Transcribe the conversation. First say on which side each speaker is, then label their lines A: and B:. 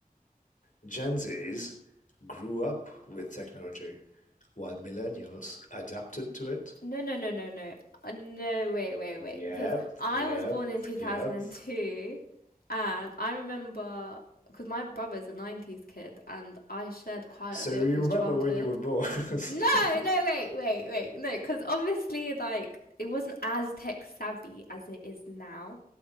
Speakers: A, on the left; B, on the left.
A: Gen Zs grew up with technology, while millennials adapted to it
B: No, no, no, no, no. Uh, no, wait, wait,
A: Yep,
B: wait. Because I
A: yep,
B: was born in 2002,
A: yep.
B: and two, and I remember because my brother's a 90s kid, and I shared quite
A: So
B: a bit
A: you
B: of his
A: remember
B: childhood.
A: when you were born? <laughs>
B: No, no, wait, wait, wait. No, because obviously, like, it wasn't as tech savvy as it is now